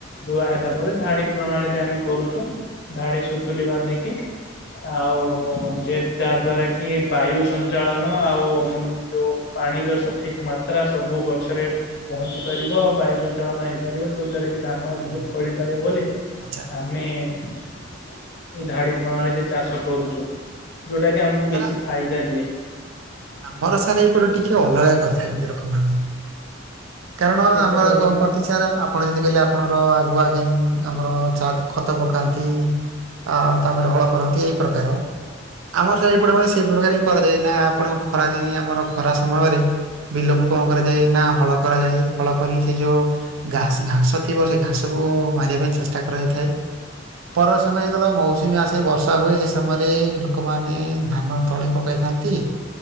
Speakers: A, on the left (about 60°); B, on the right (about 80°).
A: ଧୁଆ ହେଲା ପରେ ଧାଡ଼ି ପ୍ରଣାଳୀରେ ଆମେ କରୁଚୁ ଧାଡ଼ି ସୁତୁଲି ବାନ୍ଧିକି। ଆଉ ଯେ ଯାହା ଦ୍ଵାରାକି ବାୟୁ ସଞ୍ଚାଳନ ଆଉ ଯୋଉ ପାଣିର ସଠିକ୍ ମାତ୍ରା ସବୁ ଗଛରେ ପହଞ୍ଚି ପାରିବ ଆଉ ବାୟୁ ସଞ୍ଚାଳନ ହେଇପାରିବ ଯୋଉ ଚାରିକି ଧାନ ଅଧିକ
B: ହୁଁ ହୁଁ
A: ଫଳି ପାରିବ ବୋଲି
B: ଆଚ୍ଛା
A: ଆ ମେ ଏଇ ଧାଡ଼ି ପ୍ରଣାଳୀରେ ଚାଷ କରୁଚୁ ଯୋଉଟାକି ଆମକୁ
B: ସାର୍
A: ବେଶୀ ଫାଇଦା ଦିଏ।
B: ଆମର ସାର୍ ଏଇପଟ ଟିକେ ଅଲଗା କରିଥାନ୍ତି ଲୋକମାନେ। କାରଣ
A: କିପରି
B: ଆମର
A: ଅଲଗା
B: କଣ କରନ୍ତି ସାର୍ ଆପ ଆପଣ ଯେମିତି କହିଲେ ଆପଣର ଆଗୁଆ ଯେ ଆମର ଚା ଖତ ପକାନ୍ତି। ଅ ତାପରେ ହଳ କରନ୍ତି ଏଇ ପ୍ରକାର ଆମର ସେପଟେ ସେଇ ପ୍ରକାରେ କରାଯାଏ ନାଆପଣ ଖରା ଦିନେ ଆମର ଖରା ସମୟରେ ବିଲକୁ କଣ କରାଯାଏ ନାହଳ କରାଯାଏ ହଳ କରି ସେ ଯୋଉ ଘା ଘାସ ଥିବ ସେଘାସକୁୁ ମାରିବା ପାଇଁ ଚେଷ୍ଟା କରାଯାଇଥାଏ। ପର ସମୟରେ ଯେତେବେଳେ ମୌସୁମୀ ଆସେ ବର୍ଷା ହୁଏ ସେସମୟରେ ଲୋକମାନେ ଧା ନ ତଳି ପକାଇଥାନ୍ତି